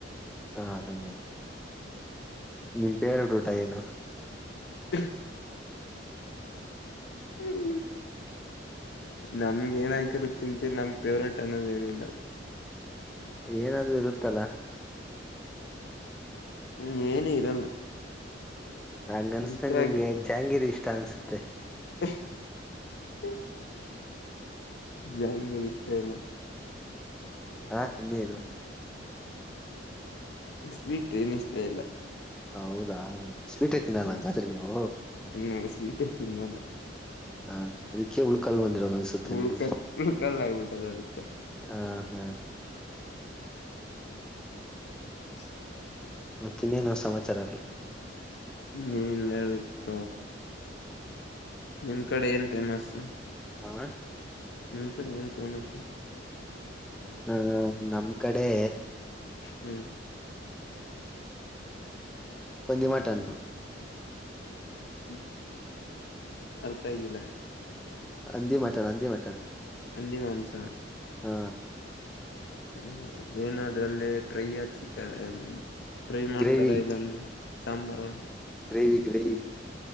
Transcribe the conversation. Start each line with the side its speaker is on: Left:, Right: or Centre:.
Centre: ಹ್ಮ ಹ್ಮ ಹ್ಮ ನಿಮ್ ಪೇವರೆಟ್ ಊಟ ಏನು
Left: ಹ್ಮು ಹ್ಮ ನಮ್ಗೆ ಏನ್ ಆಕಿರ ತಿಂತೀನಿ ನಮ್ ಫೇವ್ರೇಟ್ ಅನ್ನೋದ ಏನಿಲ್ಲ
Centre: ಏನಾದ್ರು ಇರುತ್ತಲ್ಲಾ.
Left: ಹ್ಮ್ ಏನು ಇರಲ್ಲ
Centre: ನಂಗ ಅನ್ಸ್ತನ್
Left: ಇಷ್ಟ
Centre: ನಿಮ್ಗೆ
Left: ಆಗಿ
Centre: ಜಾಂಗಿರಿ ಇಷ್ಟ ಅನ್ಸುತ್ತೆ ನ
Left: <inaudible> ಜಂಗೀರ್ ಇಷ್ಟ ಇಲ್ಲ
Centre: ಹಾ ಇನ್ನೇದು,
Left: ಸ್ವೀಟ ಏನ ಇಷ್ಟ ಇಲ್ಲ
Centre: ಹೌದಾ, ಸ್ವೀಟೇ ತಿನ್ನಲ್ಲ
Left: ಹ್ಮ್
Centre: ಹಂಗಾದ್ರೆ ನೀವು
Left: ಹ್ಮ ಸ್ವೀಟ ತಿನ್ನಲ್ಲ
Centre: ಹಾ ಅದಕ್ಕೆೇ ಹುಳಕ್ಲ್ ಬಂದಿರೋದು ಅನ್ಸುತ್ತೆ
Left: ಉಳ್ಕಲ್
Centre: ನಿಮ್ಗೆ
Left: ಉಳ್ಕಲ್ ಆಗ್ಬಿಟ್ಟದ ಅದಕ್ಕ
Centre: ಹಾ ಹಾ
Left: <inaudible>
Centre: ಮತ್ತ ಇನ್ನೇನು ಸಮಾಚಾರ ಆಗ್ಲ
Left: ನೀ ಇರಲಾರದಕ್ಕ. ನಿಮ್ ಕಡೆ ಏನ್ ಫೇಮಸ್
Centre: ಹಾ
Left: ನಿಮ್ ಕಡೆ ಎಏನು ಫೇಮಸ್.
Centre: ಹಾಹಾ ನಮ್ಮ ಕಡೆ
Left: ಹ್ಮು
Centre: ಒಂದಿ ಮಾಟನ್ನು
Left: ಹು ಅರ್ಥ ಆಗಿಲ್ಲ.
Centre: ಹಂದಿ ಮಟನ್ ಹಂದಿ ಮಟನ್.
Left: ಹಿಂದಿ ಮಾಂಸ,
Centre: ಹಾ
Left: ಹ್ಮ ಏನಾದ್ರಲ್ಲಿೇ ಫ್ರೈ ಚಿಕನ್ ಫ್ರೈ ಮಾಡ್ತಾರೆ
Centre: ಗ್ರೇವಿ
Left: ಇಲ್ಲಾಂದ್ರೆ ಸಾಂಬಾರ
Centre: gravy gravy